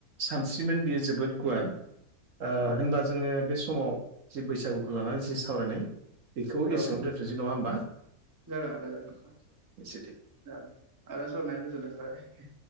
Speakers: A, on the right; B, on the right.
A: सानस्रिमोन बियो जोबोद गुवार
B: औ
A: होनबा जोङो बे समाव जि बैसागुखौ लानानै जि सावरायनाय बेखौ
B: औ
A: एसेयावनो दोन थसै नङा होनोमबा?
B: जागोन आदा जागोन आदा
A: दे
B: आदा सरनायनि गोजोन्नाय थाबाय।